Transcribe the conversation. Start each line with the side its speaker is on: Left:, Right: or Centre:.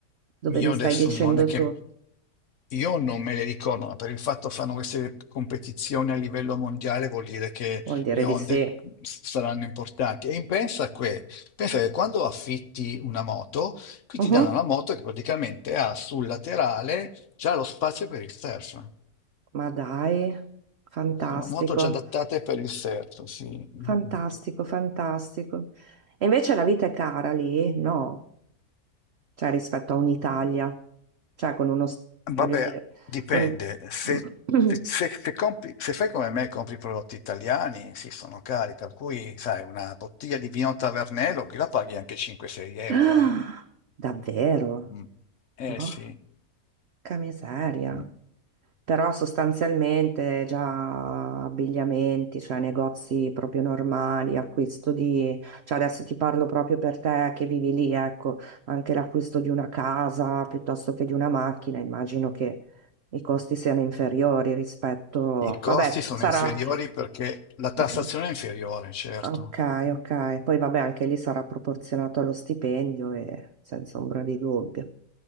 Right: dove
Left: Io
Right: mi
Left: adesso
Right: stai dicendo
Left: non è che
Right: tu.
Left: io non me le ricordo, ma per il fatto che fanno queste competizioni a livello mondiale vuol dire che
Right: Vuol dire
Left: le onde
Right: di sì.
Left: s- saranno importanti. E in- pensa che, pensa che quando affitti una moto, qui
Right: Mhm.
Left: ti danno una moto che praticamente ha sul laterale già lo spazio per il surf.
Right: Ma dai, fantastico,
Left: Sono moto già adattate per il surf, sì. Mm.
Right: fantastico,
Left: mm.
Right: fantastico. E invece la vita è cara lì? No. cioè rispetto a un'Italia,
Left: Eh,
Right: cioè con uno, s-
Left: Vabbè,
Right: voglio dire,
Left: dipende.
Right: con...
Left: Se,
Right: <clears throat>
Left: se- se- se compri- se fai come me e compri prodotti italiani, sì, sono cari, per cui, sai, una bottiglia di vino Tavernello, qui la paghi anche 5-6 euro,
Right: Ah,
Left: eh.
Right: Davvero?
Left: Mm. Eh
Right: Porca
Left: sì.
Right: miseria.
Left: Mm.
Right: Però sostanzialmente già abbigliamenti, cioè negozi proprio normali, acquisto di... cioè adesso ti parlo proprio per te che vivi lì, ecco, anche l'acquisto di una casa piuttosto che di una macchina, immagino che i costi siano inferiori rispetto...
Left: I costi
Right: Vabbè,
Left: sono
Right: sarà...
Left: inferiori perché la tassazione
Right: <clears throat>
Left: è inferiore, certo.
Right: Ok,
Left: Mm.
Right: ok. Poi vabbè, anche lì sarà proporzionato allo stipendio e senza ombra di dubbio.